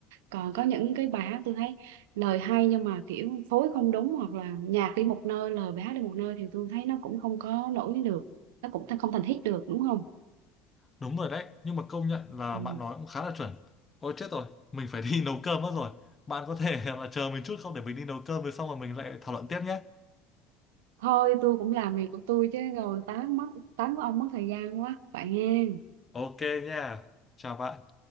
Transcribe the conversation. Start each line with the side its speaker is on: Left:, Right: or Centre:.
Right: còn có những cái bài hát tôi thấy lời hay nhưng mà kiểu phối không đúng hoặc là nhạc đi một nơi lời bài hát đi một nơi thì tôi thấy nó cũng không có nổi được nó cũng không thành hit được đúng không
Left: Đúng rồi đấy, nhưng mà công nhận là
Right: ừ.
Left: bạn nói cũng khá là chuẩn. Ôi chết rồi, mình phải đi <laughs> nấu cơm mất rồi. Bạn có thể <laughs> là chờ mình chút không để mình đi nấu cơm rồi xong rồi mình lại thảo luận tiếp nhé.
Right: thôi tôi cũng làm việc của tôi chứ rồi tán mất tán của ông mất thời gian quá vậy nghe
Left: Ok nha. Chào bạn.